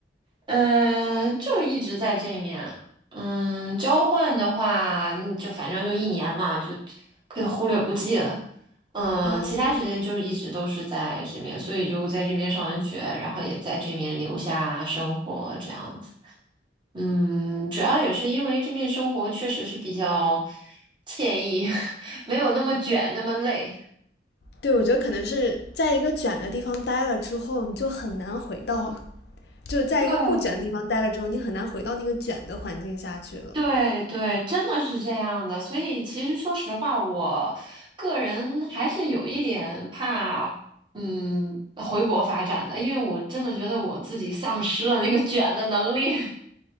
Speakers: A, on the right; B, on the left.
A: 嗯，就一直在这面。嗯，交换的话，嗯就反正就一年嘛，就可以忽略不计了。嗯，
B: 哦，
A: 其他时间就一直都是在这面，所以就在这边上完学，然后也在这面留下生活这样子。嗯，主要也是因为这面生活确实是比较惬意，<laughs> 没有那么卷，那么累。
B: 对，我觉得可能是在一个卷的地方待了之后，你就很难回到，就在一个不卷的地方待了之后，
A: 对，
B: 你很难回到那个卷的环境下去了。
A: 对对，真的是这样的。所以其实说实话，我个人还是有一点怕，嗯，回国发展的，因为我真的觉得我自己丧失了那个卷的能力。<laughs>